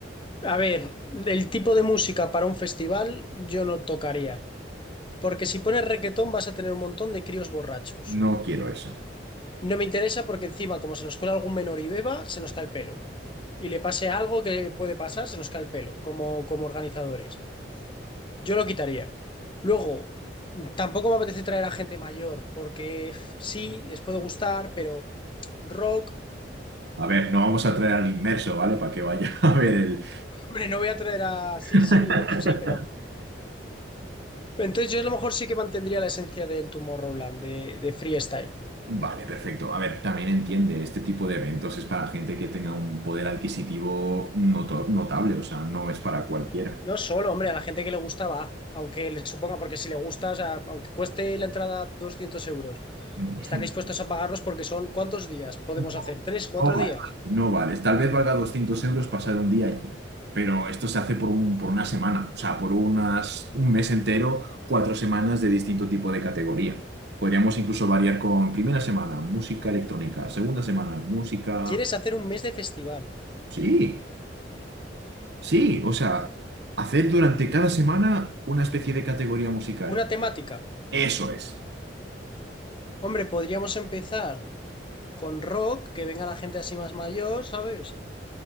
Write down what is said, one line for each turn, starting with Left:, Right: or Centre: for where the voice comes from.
Left: A ver, el tipo de música para un festival yo no tocaría, porque si pones requetón vas a tener un montón de críos borrachos.
Right: No quiero eso.
Left: No me interesa porque encima, como se nos cuela algún menor y beba, se nos cae el pelo. Y le pase algo que puede pasar, se nos cae el pelo, como, como organizadores. Yo lo quitaría. Luego, tampoco me apetece traer a gente mayor, porque f, sí, les puede gustar, pero rock,
Right: A ver, no vamos a traer al inmerso, ¿vale? Para que vaya <laughs> a ver el...
Left: hombre, no voy a traer a... Sí,
Right: <laughs>
Left: sí, o- sí, pero... Entonces yo a lo mejor sí que mantendría la esencia del Tomorrowland, de, de freestyle.
Right: Vale, perfecto. A ver, también entiende, este tipo de eventos es para gente que tenga un poder adquisitivo noto- notable, o sea, no es para cualquiera.
Left: No solo, hombre, a la gente que le gusta va, aunque le suponga, porque si le gusta, o sea, aunque cueste la entrada 200 euros,
Right: <laughs>
Left: están dispuestos a pagarlos porque son ¿cuántos días? Podemos
Right: No,
Left: hacer tres, cuatro
Right: no vale.
Left: días.
Right: No vale. Tal vez valga 200 euros pasar un día allí, pero esto se hace por un- por una semana, o sea, por unas, un mes entero, cuatro semanas de distinto tipo de categoría. Podríamos incluso variar con primera semana, música electrónica, segunda semana, música...
Left: ¿Quieres hacer un mes de festival?
Right: Sí, Sí, o sea, hacer durante cada semana una especie de categoría musical.
Left: Una temática.
Right: Eso es.
Left: Hombre, podríamos empezar con rock, que venga la gente así más mayor, ¿sabes?